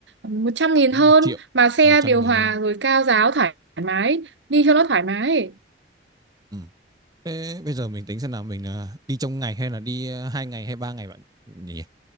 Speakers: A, on the right; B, on the right.
A: uh, một trăm nghìn
B: mất
A: hơn
B: một triệu
A: mà xe
B: một trăm
A: điều
B: nghìn
A: hòa
B: hơn
A: rồi cao giáo thoải mái đi cho nó thoải mái
B: ừ. thế bây giờ mình tính xem nào mình à, đi trong ngày hay là đi à, hai ngày hay ba ngày bạn nhỉ